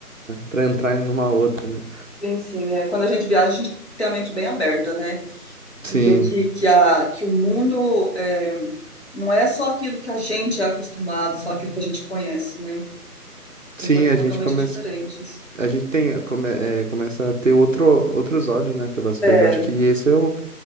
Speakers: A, on the right (about 55°); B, on the left (about 45°).
A: para entrar em uma outra, né?
B: sim, sim. É. Quando a gente viaja, a gente tem que ter a mente bem aberta, né?
A: Sim,
B: E ver que, que, a, que o mundo é, não é só aquilo que a gente é acostumado, só aquilo que a gente conhece, né?
A: sim,
B: Tem coisas
A: a
B: totalmente
A: gente começa,
B: diferentes.
A: a gente tem, come, é, começa a ter outro, outros olhos, né, pelas coisas.
B: É,
A: Acho que esse é o,